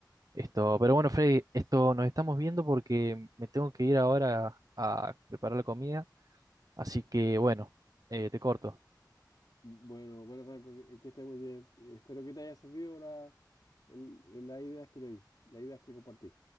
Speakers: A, on the right; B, on the left.
A: Esto, pero bueno, Freddy, esto nos estamos viendo porque me tengo que ir ahora a preparar la comida, así que bueno, eh, te corto.
B: Bueno, bueno, Franco, que, que estés muy bien. Eh, Espero que te haya servido la, el- las ideas que te di, las ideas que compartí.